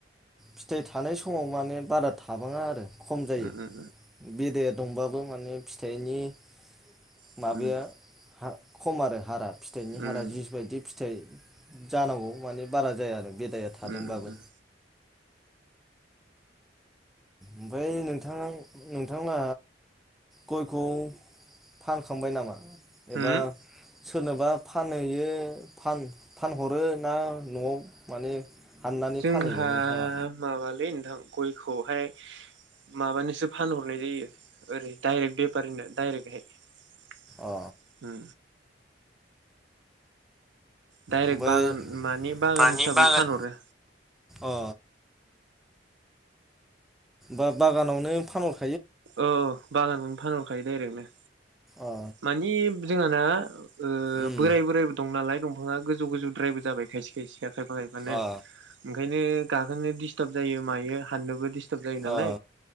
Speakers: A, in the centre; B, on the right (about 75°).
A: फिथाइ थानाय समाव माने बारा थाबाङा आरो। <unintelligible> खम जायो
B: उम उम
A: बेदेर <unintelligible> दंबाबो माने फिथाइनि <unintelligible>
B: उम
A: माबाया खम आरो हारा फिथाइनि
B: उम
A: हारा जिस बायदि <unintelligible> फिथाइ जानांगौ माने बारा जाया आरो बे <unintelligible> आदाया
B: उम
A: थादोंबाबो।
B: उम उम
A: ओमफ्राय नोंथां नोंथांङा गयखौ फानखांबाय नामा?
B: होम
A: एबा सोरनोबा फानहैयो फानहरो ना न'आव माने हाननानै
B: जोंहा
A: फानहैयो नोंथाङा
B: माबालै नोंथां गयखौहाय माबानोसो फानहरनाय जायो ओरै डायरेक्ट बेफारिनो दायरेक्टहाय उ
A: अ
B: डायरेक्ट
A: ओमफ्राय
B: बागान माने बागान
A: मानि
B: हिसाबै
A: बागान
B: फानहरो
A: अ बा बागानावनो फानहर
B: ओ बागानखौनो फानहरखायो डाइरेक्टनो
A: अ
B: मानि जोंहाना ओ
A: उम
B: बोराय बोरायबो दं नालाय दं फाङा गोजौ गोजौद्रायबो जाबाय जायसे खायसे खायफा खायफा नो
A: अ
B: ओंखायनो गाखोनो दिस्टार्ब जायो मायो हाननोबो दिस दिसथाब जायो नालाय
A: अ